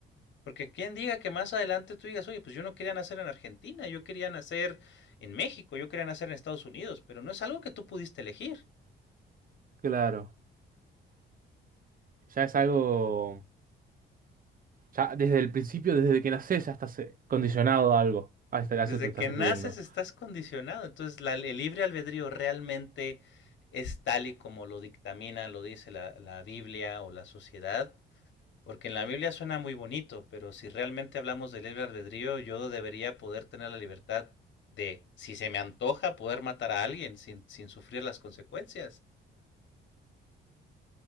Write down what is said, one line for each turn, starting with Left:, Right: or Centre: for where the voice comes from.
Left: Porque quién diga que más adelante tú digas, oye, pues yo no quería nacer en Argentina, yo quería nacer en México, yo quería nacer en Estados Unidos, pero no es algo que tú pudiste elegir.
Right: Claro. Ya es algo, ya desde el principio, desde que nacés, ya estás eh, condicionado a algo. A este- a
Left: Desde
Right: eso te estás
Left: que
Right: refiriendo.
Left: naces estás condicionado. Entonces, la- el libre albedrío realmente es tal y como lo dictamina, lo dice la, la Biblia o la sociedad. Porque en la Biblia suena muy bonito, pero si realmente hablamos del libre albedrío, yo debería poder tener la libertad de, si se me antoja, poder matar a alguien sin, sin sufrir las consecuencias.